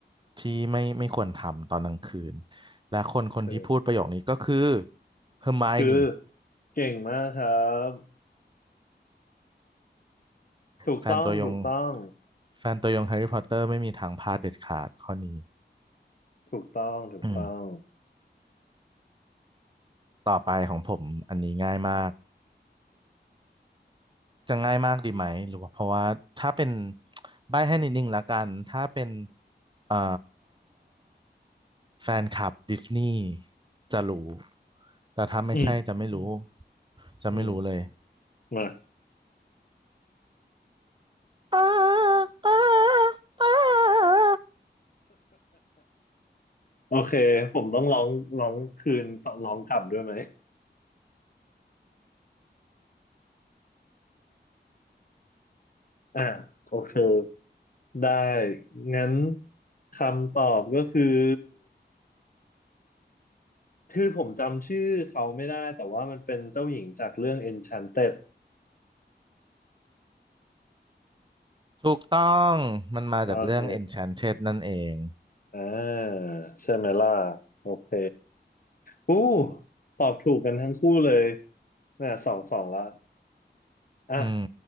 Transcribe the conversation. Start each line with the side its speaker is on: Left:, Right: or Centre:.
Right: ที่ไม่ไม่ควรทำตอนกลางคืนและคนคนที่พูดประโยคนี้ก็คือ
Left: เออ
Right: เฮอร์ไมโอนี่
Left: คือเก่งมากครับถูกต้องถูกต้อง
Right: แฟนตัวยงแฟนตัวยงแฮร์รี่พอตเตอร์ไม่มีทางพลาดเด็ดขาดข้อนี้
Left: ถูกต้องถูกต้อง
Right: อืมต่อไปของผมอันนี้ง่ายมากจะง่ายมากดีไหมหรือว่าเพราะว่าถ้าเป็นใบ้ให้นิดนึงละกันถ้าเป็นเอ่อแฟนคลับดิสนีย์จะรู้แต่ถ้าไม่ใช่จะไม่รู้
Left: อืม
Right: จะไม่รู้เลย
Left: อืมมา
Right: อ้าอ้าอ้า
Left: โอเคผมต้องร้องร้องคืนต้องร้องกลับด้วยไหมอ่าโอเคได้งั้นคำตอบก็คือคือผมจำชื่อเขาไม่ได้แต่ว่ามันเป็นเจ้าหญิงจากเรื่อง Enchanted
Right: ถูกต้องมันมาจากเรื่อง
Left: โอเค
Right: Enchanted นั่นเอง
Left: อ่าใช่ไหมล่ะโอเค อู้ตอบถูกกันทั้งคู่เลยเนี่ยสองสองละอ่ะ
Right: อืม